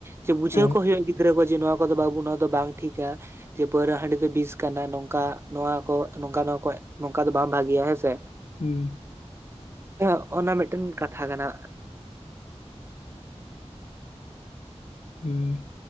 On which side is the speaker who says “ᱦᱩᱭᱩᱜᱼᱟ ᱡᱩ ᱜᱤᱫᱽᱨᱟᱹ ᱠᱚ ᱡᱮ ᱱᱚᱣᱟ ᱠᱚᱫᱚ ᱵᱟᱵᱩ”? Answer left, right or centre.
Right